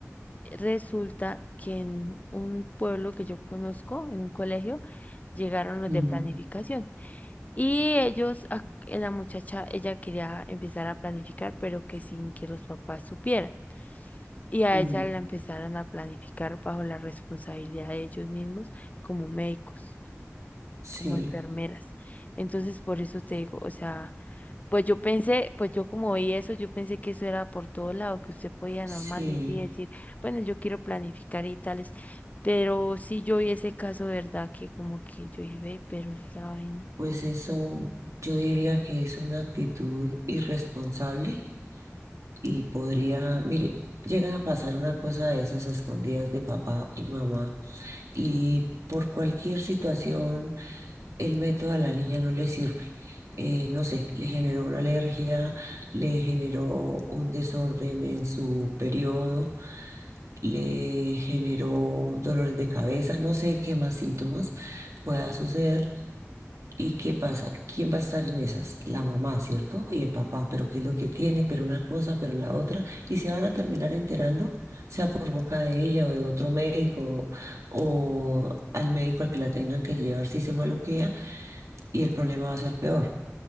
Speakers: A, on the left; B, on the right.
A: resulta que en un pueblo que yo conozco, en un colegio, llegaron los
B: Mm.
A: de planificación. Y ellos, ac- la muchacha, ella quería empezar a planificar, pero que sin que los papás supieran. Y a
B: Mm,
A: ella la empezaron a planificar bajo la responsabilidad de ellos mismos como médicos,
B: sí,
A: como enfermeras. Entonces, por eso te digo, o sea, pues yo pensé, pues yo como vi eso, yo pensé que eso era por todo lado, que usted podía
B: sí,
A: normal ir y decir, bueno, yo quiero planificar y tales. Pero sí yo vi ese caso, ¿verdad? Que como que yo dije, ve, pero esa vaina.
B: pues eso yo diría que es una actitud irresponsable Y podría, mire, llegan a pasar una cosa de esas a escondidas de papá y mamá y por cualquier situación el método a la niña no le sirve. Eh, no sé, le generó una alergia, le generó un desorden en su periodo, le generó dolores de cabeza, no sé qué más síntomas pueda suceder ¿Y qué pasa? ¿Quién va a estar en esas? La mamá, ¿cierto? Y el papá, pero qué es lo que tiene, pero una cosa, pero la otra, y se van a terminar enterando, sea por boca de ella o de otro médico, o al médico al que la tengan que llevar si se maluquea, y el problema va a ser peor.